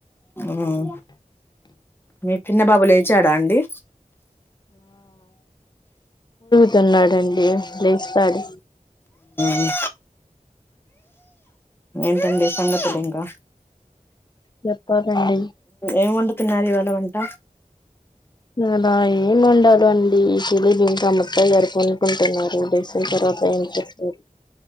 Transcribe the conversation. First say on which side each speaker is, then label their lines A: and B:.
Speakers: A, on the left; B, on the left.
A: మ్ మీ చిన్న బాబు లేచాడా అండి
B: తున్నదండి లేచ్నాడు
A: మ్ ఏంటండి సంగతులింకా
B: చెప్పాలండి
A: ఏం వండుతున్నారు ఇవాళ వంట
B: ఇవాలా ఏమొండలో అండి తెలీదింకా ముత్తాయ్య గారు కొనుకుంటున్నారు లేసిన తర్వాత ఏం చెప్తార్